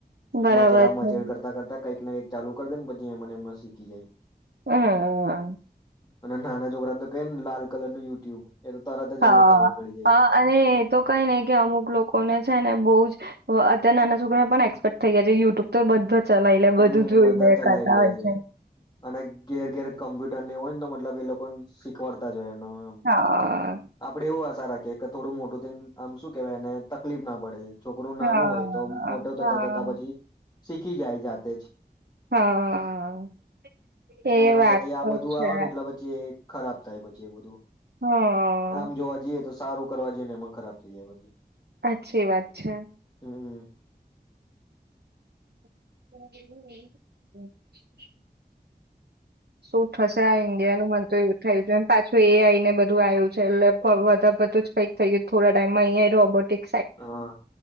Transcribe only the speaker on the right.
બરાબર
છે
હનઅ.
હા.
હા અને એ તો કંઈ નઈ કે અમુક લોકોને છે ને બો જ વ અત્યારે નાના છોકરા પણ એક્સપર્ટ થઈ ગયા છે. યુટ્યુબ તો બધા જ ચલાઈ લે,
બધું જોઈ
લે
કરતા
હોય છે.
હા
હા
હા
હાઅ. એ
વાત
તો
છે.
હઅ.
અચ્છી વાત છે.
<inaudible> શું થશે આ ઇન્ડિયાનું મન તો એવું થાય છે પાછું એ આઈ ને બધું આયુ. છે એલલે પ વધા પડતું જ કઈક થઈ ગયું છ. થોડા ટાઈમમાં અહીંયાય રોબોટિક